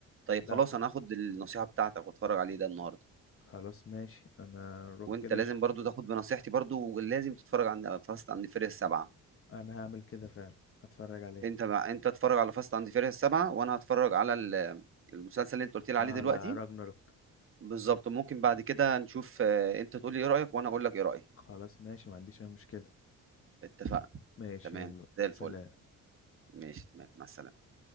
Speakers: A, on the right; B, on the left.
A: طيب
B: لا
A: خلاص انا هاخد النصيحة بتاعتك واتفرج عليه ده النهارده
B: خلاص ماشي انا روح
A: وانت
B: كده
A: لازم
B: ش-
A: برضو تاخد بنصيحتي برضو ولازم تتفرج على فاست عند فيري السبعة
B: انا هعمل كده فعلا هتفرج عليه
A: انت مع... انت اتفرج على فاست عند فيري السبعة وانا هتفرج على ال- المسلسل اللي انت قلت لي
B: على
A: عليه دلوقتي
B: راجناروك
A: بالظبط ممكن بعد كده نشوف آه، انت تقول لي ايه رأيك وانا اقول لك ايه رأيي
B: خلاص ماشي ما عنديش اي مشكلة
A: اتفقنا
B: ماشي
A: تمام
B: يلا
A: زي الفل
B: سلام
A: ماشي تمام مع السلامة